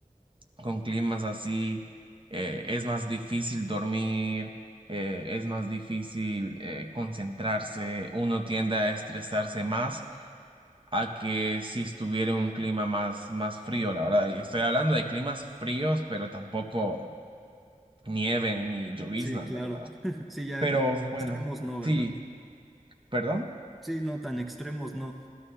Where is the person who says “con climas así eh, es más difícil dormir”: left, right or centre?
Right